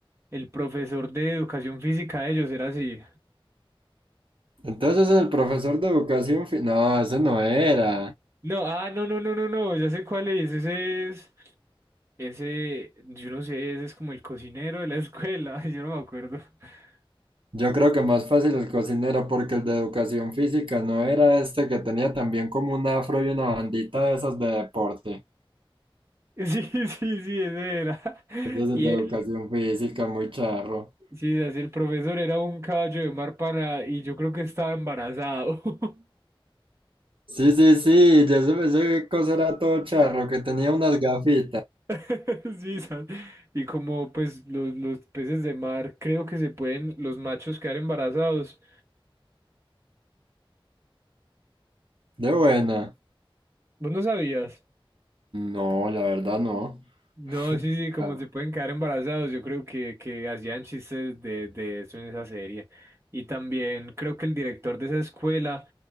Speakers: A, on the right; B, on the right.
A: el profesor de educación física de ellos era así.
B: Entonces el profesor de educación... fi- No, ese no era.
A: No, ah, no, no, no, no, no, ya sé cuál es, ese es, ese, yo no sé, ese es como el cocinero de la escuela, <laughs> yo no me acuerdo. <laughs>
B: Yo creo que más fácil el cocinero, porque el de educación física no era este que tenía también como un afro y una bandita de esas de deporte.
A: Sí, sí, sí, ese era. <laughs>
B: Entonces
A: Y
B: el de
A: él,
B: educación física, muy charro.
A: sí, así el profesor era un caballo de mar para, y yo creo que estaba embarazado. <laughs>
B: Sí, sí, sí, ya se me ese cosa era todo charro, que tenía unas gafitas.
A: <laughs> Sí, sa- y como pues los, los peces de mar creo que se pueden, los machos quedar embarazados.
B: De buena.
A: ¿Vos no sabías?
B: No, la verdad no.
A: No,
B: <laughs>
A: sí, sí, como
B: Ah.
A: se pueden quedar embarazados, yo creo que, que hacían chistes de, de eso en esa serie. Y también creo que el director de esa escuela